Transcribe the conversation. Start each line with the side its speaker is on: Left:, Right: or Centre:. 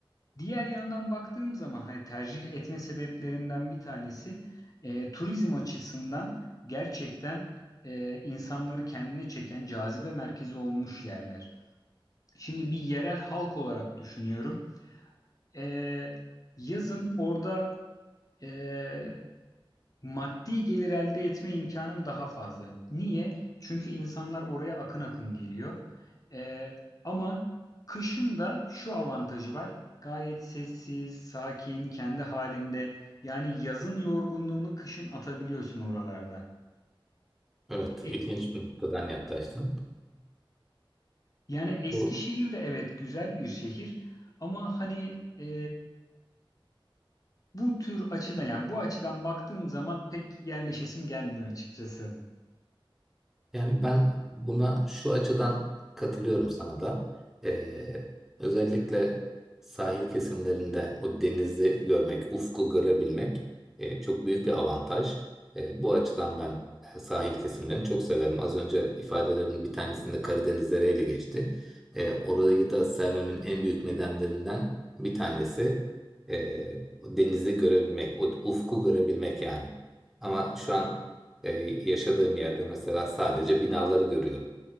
Left: Diğer yandan baktığım zaman hani tercih etme sebeplerinden bir tanesi e, turizm açısından gerçekten e, insanları kendine çeken cazibe merkezi olmuş yerler. Şimdi bir yerel halk olarak düşünüyorum. E, yazın orada e, Maddi gelir elde etme imkanım daha fazla. Niye? Çünkü insanlar oraya akın akın geliyor. Ee, ama kışın da şu avantajı var. Gayet sessiz, sakin, kendi halinde. Yani yazın yorgunluğunu kışın atabiliyorsun oralarda.
Centre: evet,
Left: E,
Centre: ilginç bir noktadan yaklaştın.
Left: yani Eskişehir
Centre: Bu
Left: de evet güzel bir şehir. Ama hani e, bu tür açıdan yani bu açıdan baktığım zaman pek yerleşesim gelmiyor açıkçası.
Centre: Yani ben buna şu açıdan katılıyorum sana da. Ee, özellikle sahil kesimlerinde o denizi görmek, ufku görebilmek e, çok büyük bir avantaj. E, bu açıdan ben e, sahil kesimlerini çok severim. Az önce ifadelerin bir tanesinde Karadeniz ile geçti. E, orayı da sevmemin en büyük nedenlerinden bir tanesi e, o denizi görebilmek, o ufku görebilmek yani. Ama şu an e, yaşadığım yerde mesela sadece binaları görüyorum.